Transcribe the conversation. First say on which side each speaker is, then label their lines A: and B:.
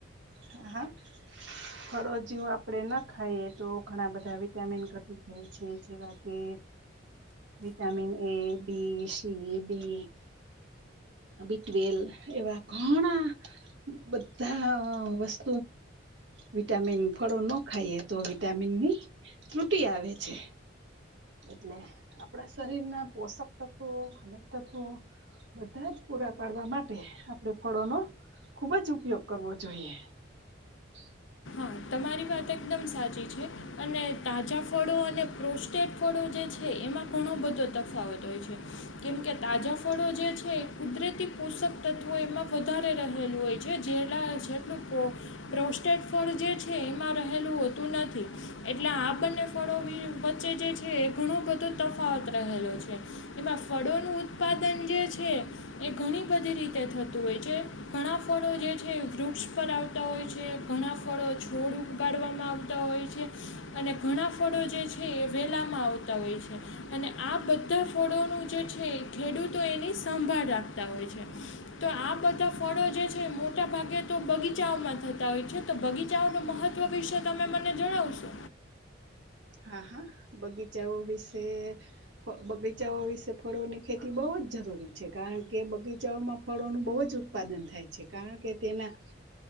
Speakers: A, on the right; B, on the left.
A: હ હા ફળોજીવ આપણેે ન ખાઈએ તો ઘણા બધા વિટામિન ઘટી જાય છે જેવા કે vitamin A B C D બીટવેલ એવા ઘણા બધા વસ્તુ વિટામિન ફળો ન ખાઈએ તો વિટામિનની ત્રુટી આવે છે એટલે આપણા શરીરના પોષક તત્વો ખનિક તત્વો બધા જ પૂરા પાડવા માટે આપણે ફળોનોો ખુબ જ ઉપયોગ કરવો જોઈએ <inaudible>
B: હા તમારી વાત એકદમ સાચી છે અને તાજા ફળો અને પ્રોસ્ટેટ ફળો જે છે એમાં ઘણો બધો તફાવત હોય છે કેમકે તાજા ફળો જે છે એ કુદરતી પોષક તત્વો એમાં વધારે રહેલું હોય છે જેલા જેટલું પ્રોસ્ટેટ ફળ જે છે છે એમાં રહેલું હોતું નથી એટલે આ બંને ફળો વચ્ચે જે છે એ ઘણો બધો તફાવત રહેલો છે એમાં ફળોનું ઉત્પાદન જે છે એ ઘણી બધી રીતે થતું હોય છે ઘણા ફળો જે છે વૃક્ષક્ષ પર આવતા હોય છે ઘણા ફળો છોડ ઉગાડવામાં આવતા હોય છે અને ઘણા ફળો જે છે એ વેલાવામાં આવતા હોય છે અને આ બધા ફળોનું જે છે એ ખેડૂતો એની સંભાળ રાખતા હોય છે તો આ બધા ફળો જે છે મોટા મોટા ભાગે તો બગીચામાં થતા હોય છે તો બગીચ બચાવનું મહત્વ વિશે તમે મને જણાવશો
A: હા હા બગીચાઓ વિશે બગીચાઓ વિશે ફળોની ખેતી બહુ જ જરૂરી છે કારણ કે બગીચાઓમાં ફળોનું બહુ જ ઉત્પાદન થાય છે કારણ કે તેના